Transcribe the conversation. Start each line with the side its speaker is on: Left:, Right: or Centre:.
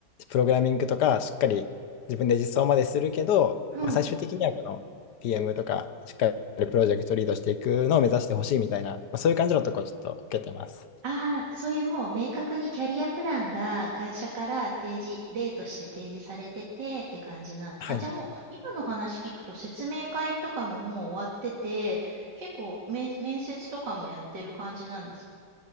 Left: プログラミングとか、しっかり自分で実装までするけど、
Right: うん。
Left: まあ、最終的にはこの PM とか、しっかりプロジェクトリードしていくのを目指してほしいみたいな、まあ、そういう感じのところをちょっと受けてます。
Right: ああ、そういうもう明確にキャリアプランが会社から提示、例として提示されててって感じなんです。
Left: はい。
Right: あ、じゃあもう今の話聞くと説明会とかももう終わってて、結構面、面接とかもやってる感じなんですか。